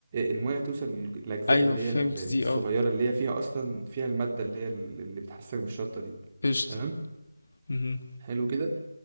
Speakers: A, on the right; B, on the left.
A: الميه توصل للاجزاء
B: أيوه
A: اللي
B: فهمت
A: هي ال-
B: دي
A: الصغيره
B: آه
A: اللي هي فيها اصلا فيها الماده اللي هي ال- اللي بتحسك بالشطه دي
B: قشطة
A: تمام
B: مهم.
A: حلو كده